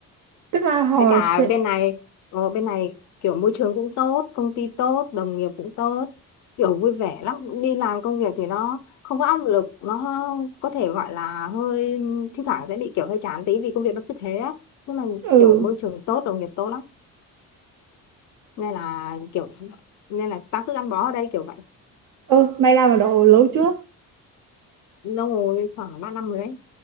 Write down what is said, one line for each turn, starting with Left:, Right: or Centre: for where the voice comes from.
Right: tức là họ
Left: với cả
Right: sẽ
Left: bên này ờ, bên này kiểu môi trường cũng tốt công ty tốt đồng nghiệp cũng tốt kiểu vui vẻ lắm đi làm công việc thì nó không có áp lực nó có thể gọi là hơi thi thoảng sẽ bị kiểu hơi chán tí vì công việc nó cứ thế á nhưng mà
Right: ừ
Left: kiểu môi trường tốt đồng nghiệp tốt lắm nên là kiểu nên là tao cứ gắn bó ở đây kiểu vậy
Right: ơ mày làm ở đó lâu chưa
Left: lâu rồi khoảng 3 năm rồi đấy